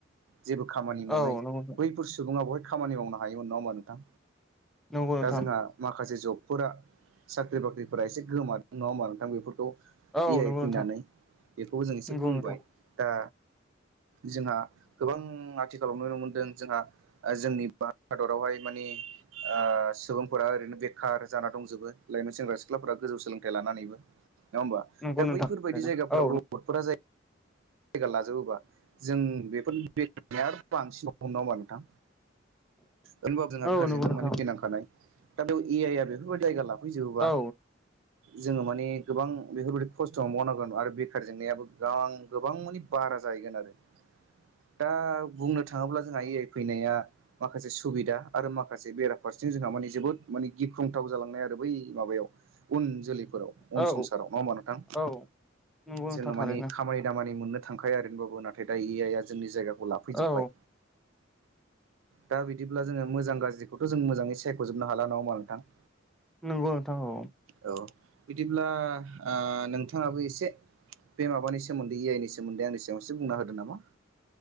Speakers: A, on the right; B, in the centre.
A: जेबो खामानि मोनै
B: औ नंगौ
A: बैफोर सुबुङा बहाय खामानि मावनो हायोमोन नङा होमबा नोंथां
B: नंगौ नोंथां
A: दा जोंहा माखासे जबफोरा साख्रि बाख्रिफोरा एसे गोमादों नङा होमबा नोंथां बेफोरखौ
B: औ
A: ए
B: नंगौ
A: आइ फैनानै
B: नोंथां
A: बेखौ जों एसे
B: नंगौ
A: बुंबाय
B: नोंथां
A: दा जोंहा गोबां आथिखालाव नुनो मोनदों जोंहा ओ जोंनि हादरावहाय माने ओ सुबुंफोरा ओरैनो बेखार जाना दंजोबो लाइमोन सेंग्रा सिख्लाफोरा गोजौ सोलोंथाइ लानानैबो। नङा हबा
B: नंगौ
A: दा
B: नोंथां
A: बैफोरबायदि जायगाफोराव
B: औ
A: रबदफोरा जाय गा लाजोबोबा जों बेफोर <unintelligible> आरो बांसिनाव <unintelligible> होमबा नोंथां होनबाबो
B: नंगौ
A: जोंहा बेखारजों
B: नोंथां
A: माने बिनांखानाय दा बेयाव ए आइआ बेफोरबायदि जायगा ला <unintelligible> फैजोबोबा
B: औ
A: जोङो माने गोबां बेफोरबायाददि खस्थ'आव मावनांगोन आरो बेखार जेंनायाबो गोबां गोबां माने बारा जाहैगोन आरो दा बुंनो थाङोब्ला जोंहा ए आइ फैनाया माखासे सुबिदा आरो माखासे बेराफारसेंथिं जोंहा माने जोबोद माने गिख्रंथाव जालांनाय आरो बै माबायाव। उन जोलै उन
B: औ
A: संसाराव नङा होमबा नोंथां?
B: औ नंगौ नोंथां
A: जोङो
B: थारैनो
A: मानि खामानि दामानि मोननो थांखाया नोबाबो नाथाय दा ए आइ आ जोंनि जायगाखौ लाफैजोब्बाय।
B: औ
A: दा बिदिब्ला जोङो मोजां गाज्रिखौथ' जों मोजाङै सायख'जनो हाला नङा होमबा नोंथां?
B: नंगौ नोंथां औ
A: औ बिदिब्ला नोंथाङाबो आ एसे बे माबानि सोमोन्दै ए आइ नि सोमोन्दै आंनि सिगाङाव एसे बुंना होदों नामा?